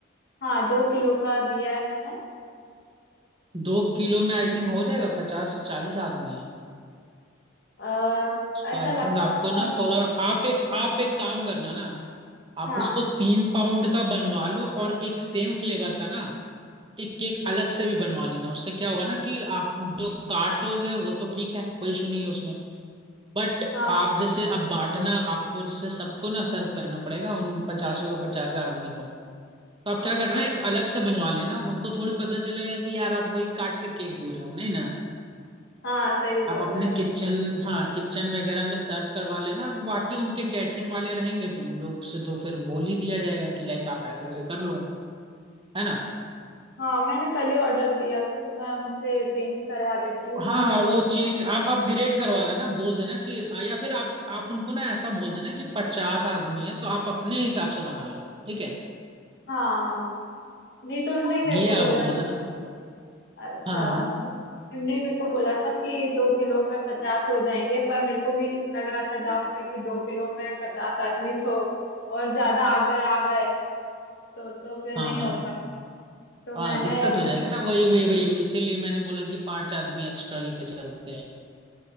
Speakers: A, on the left; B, on the right.
A: हाँ दो किलो का दिया है मैंने
B: दो किलो में आई थिंक हो जाएगा पचास चालीस आदमी है
A: आ,
B: सो
A: ऐसा
B: आई
A: लगता
B: थिंक आपको
A: है
B: ना थोड़ा आप एक आप एक काम करना ना आप
A: हाँ
B: उसको तीन पाउंड का बनवा लो और एक सेम फ्लेवर का ना एक केक अलग से भी बनवा लेना उससे क्या होगा ना कि आप जो काटोगे वो तो ठीक है कोई इशू नहीं है उसमें बट
A: हाँ
B: आप जैसे अब बांटना आपको जैसे सबको ना सर्व करना पड़ेगा उन पचासों का पचास आदमी को तो
A: हाँ
B: आप क्या
A: वो
B: करना
A: तो
B: एक अलग से बनवा लेना उनको थोड़ी पता चलेगा कि यार आप वही काट के केक दे रहे हो नहीं ना
A: हाँ सही बोल
B: आप अपने
A: रहे हैं आप।
B: किचन हाँ किचन वगैरह में सर्व करवा लेना बाकी उनके कैटरिंग वाले रहेंगे तो उन लोग से तो फिर बोल ही दिया जाएगा कि लाइक आप ऐसे ऐसे कर लो है ना
A: हाँ मैंने कल ही ऑर्डर दिया था तो मैं उनसे चेंज करवा देती हूँ
B: हाँ
A: तीन किलो
B: हाँ वो
A: का।
B: चेंज आप अपग्रेड करवा लेना बोल देना कि या फिर आप आप उनको ना ऐसा बोल देना कि पचास आदमी है तो आप अपने हिसाब से बना लो ठीक है
A: हाँ हाँ नहीं तो उनने ही मेरे
B: ये
A: को
B: आप
A: बोला
B: बोल
A: था
B: देना
A: अच्छा
B: हाँ हाँ
A: नहीं मेरे को बोला था कि दो किलो में पचास हो जाएंगे पर मेरे को भी लग रहा था डाउट था कि दो किलो में पचास आदमी तो और ज्यादा अगर आ गए तो तो फिर
B: हाँ
A: नहीं
B: हाँ
A: हो पाएगा तो
B: हाँ
A: मैंने
B: दिक्कत हो जाएगा ना वही वही वही वही इसीलिए मैंने बोला कि पांच आदमी एक्स्ट्रा लेके चलते हैं